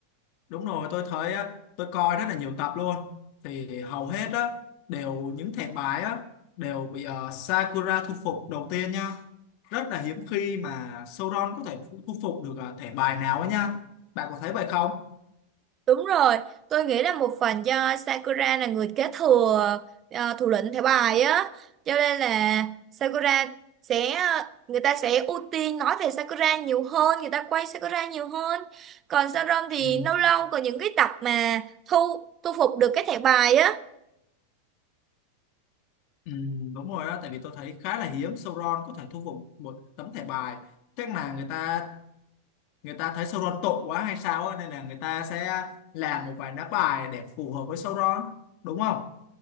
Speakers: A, on the left; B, on the right.
A: đúng rồi tôi thấy á, tôi coi rất là nhiều tập luôn thì hầu hết á đều những thẻ bài á đều bị ờ, Sakura thu phục đầu tiên nha rất là hiếm khi mà Sauron có thể thu thu phục được ờ, thẻ bài nào ấy nha bạn có thấy vậy không
B: Đúng rồi, tôi nghĩ là một phần do Sakura là người kế thừa uh, thủ lĩnh thẻ bài á, cho nên là Sakura sẽ người ta sẽ ưu tiên nói về Sakura nhiều hơn, người ta quay Sakura nhiều hơn. Còn Sharon thì
A: Ừ.
B: lâu lâu có những cái tập mà thu thu phục được cái thẻ bài á
A: Ừ, đúng rồi đó tại vì tôi thấy khá là hiếm Sauron có thể thu phục một tấm thẻ bài chắc là người ta người ta thấy Sauron tội quá hay sao á nên là người ta sẽ làm một vài đá bài để phù hợp với Sauron đúng không